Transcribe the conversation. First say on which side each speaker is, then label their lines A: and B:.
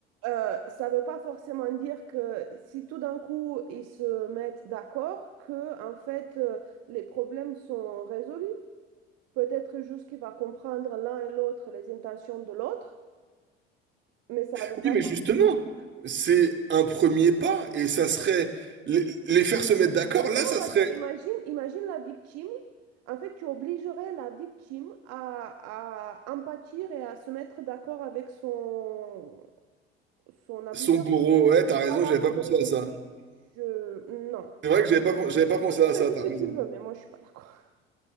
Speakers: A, on the right; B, on the right.
A: Euh, ça veut pas forcément dire que si tout d'un coup ils se mettent d'accord, que en fait euh, les problèmes sont résolus. Peut-être juste qu'il va comprendre l'un et l'autre les intentions de l'autre. Mais ça va
B: Oui,
A: pas
B: mais
A: forcément.
B: justement, c'est un premier pas et ça serait les, les faire se mettre d'accord.
A: Oui,
B: Là,
A: Non,
B: ça
A: parce
B: serait
A: que imagine, imagine la victime. En fait, tu obligerais la victime à, à empâtir et à se mettre d'accord avec son, son abuseur.
B: son bourreau. Ouais, t'as raison,
A: Voilà,
B: j'avais pas pensé
A: donc je
B: à
A: suis...
B: ça.
A: Je... Non.
B: C'est vrai que j'avais pas, j'avais pas pensé
A: Toi, tu
B: à
A: choisis
B: ça, t'as
A: ce que
B: raison.
A: tu veux, mais moi, je suis pas d'accord. <laughs>